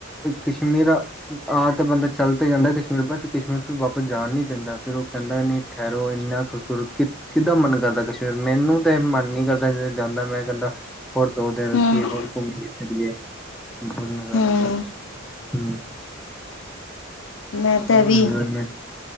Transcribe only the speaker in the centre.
ਕਸ਼ਮੀਰ ਆ ਤੇ ਬੰਦਾ ਚੱਲ ਤੇ ਜਾਂਦਾ ਕਸ਼ਮੀਰ ਪਰ ਕਸ਼ਮੀਰ ਫਿਰ ਵਾਪਸ ਜਾਣ ਨੀ ਦਿੰਦਾ ਫਿਰ ਉਹ ਕਹਿੰਦਾ ਨ ਠਹਿਰੋ ਇੰਨਾ ਖੂਬਸੂਰਤ ਕਿ ਕਿੱਦਾਂ ਮਨ ਕਰਦਾ ਕਸ਼ਮੀਰ ਮੈਨੂੰ ਤੇ ਮਨ ਨੀ ਕਰਦਾ ਜਾਂਦਾ ਮੈਂ ਕਹਿੰਦਾ ਹੋਰ ਦੋ ਦੀਨ ਰੋਕਿਆ,
ਹੋਰ ਘੁੰਮ ਫਿਰ ਲਈਏ। ਬਹੁਤ ਨਜ਼ਾਰਾ
ਆਉਂਦਾ ਕਸ਼ਮੀਰ ਹੂੰ
ਫੂਲ
ਇਨਜੋਏਮੈਂਟ